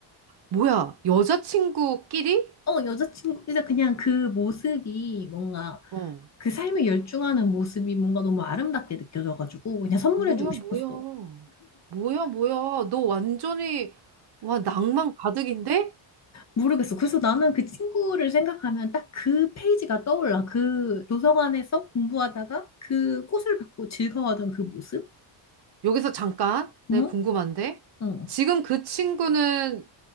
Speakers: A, on the right; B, on the left.
A: 뭐야, 여자친구끼리?
B: 어, 여자친구, 그래서 그냥 그 모습이 뭔가
A: 응.
B: 그 삶에 열중하는 모습이 뭔가 너무 아름답게 느껴져가지고 그냥 선물해
A: 뭐야,
B: 주고 싶었어.
A: 뭐야. 뭐야, 뭐야. 너 완전히, 와, 낭만 가득인데?
B: 모르겠어. 그래서 나는 그 친구를 생각하면 딱 그 페이지가 떠올라. 그 도서관에서 공부하다가 그 꽃을 받고 즐거워하던 그 모습?
A: 여기서 잠깐, 내가
B: 응?
A: 궁금한데?
B: 응.
A: 지금 그 친구는